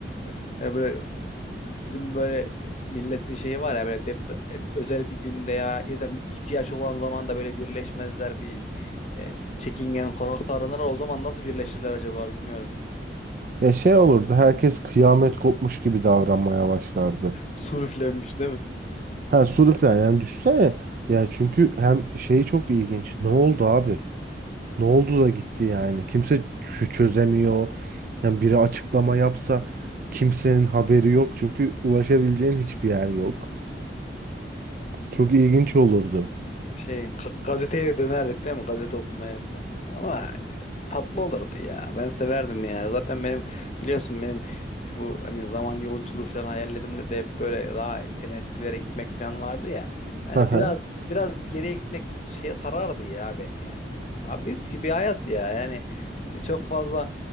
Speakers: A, on the left; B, on the right.
A: e, Yani böyle bizim böyle milletin şeyi var ya böyle depre- özel bir günde ya ya da ihtiyaç olan zaman da böyle birleşmezler bir e, çekingen korkak davranırlar. O zaman nasıl birleşirler acaba bilmiyorum ya.
B: Ya şey olurdu. Herkes kıyamet kopmuş gibi davranmaya başlardı.
A: Sur üflenmiş değil mi?
B: Ha sürüklen yani düşünsene. Yani çünkü hem şey çok ilginç. Ne oldu abi? Ne oldu da gitti yani? Kimse ç- çözemiyor. Yani biri açıklama yapsa kimsenin haberi yok çünkü ulaşabileceğin hiçbir yer yok. Çok ilginç olurdu.
A: Şey ga- gazeteye dönerdik değil mi? Gazete okumaya falan. Ama yani tatlı olurdu ya. Ben severdim ya. Zaten benim biliyorsun benim bu hani zaman yolculuğu falan hayallerimde de hep böyle daha en eskilere gitmek falan vardı ya. Hani
B: Aha.
A: biraz biraz bir geriye gitmek bir şey sarardı ya beni ya. Abi mis gibi hayat ya. Yani çok fazla